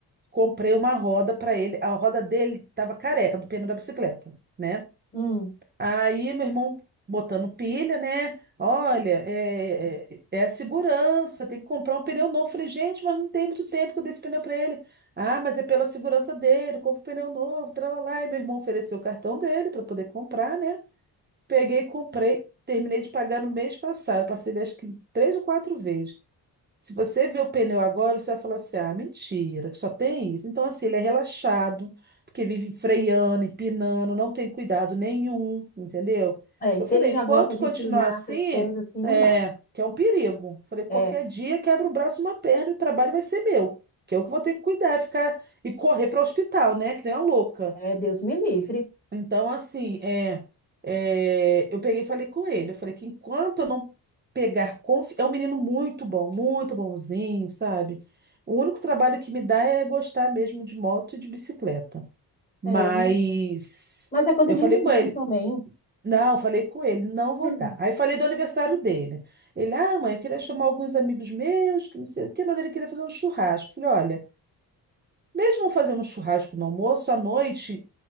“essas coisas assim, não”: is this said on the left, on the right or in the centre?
Left